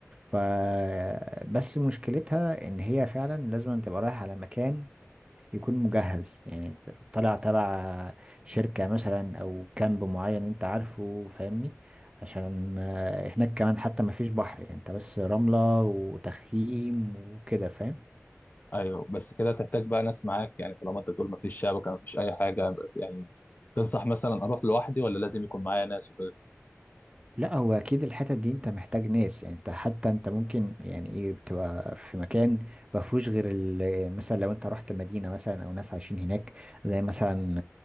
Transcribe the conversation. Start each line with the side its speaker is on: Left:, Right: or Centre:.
Right: فبس مشكلتها ان هي فعلا لازم أن تبقى رايح على مكان يكون مجهز يعني طالع تبع شركة مثلا او كامب معين انت عارفه فاهمني عشان آه، هناك كمان حتى ما فيش بحر يعني انت بس رملة وتخييم وكده فاهم
Left: ايوه بس كده تحتاج بقى ناس معاك يعني طالما انت بتقول مفيش شبكه مفيش اي حاجه يعني تنصح مثلا اروح لوحدي ولا لازم يكون معايا ناس وكده
Right: لا هو اكيد الحتت دي انت محتاج ناس يعني انت حتى انت ممكن يعني ايه بتبقى في مكان ما فيهوش غير ال- مثلا لو انت رحت مدينه مثلا او ناس عايشين هناك زي مثلا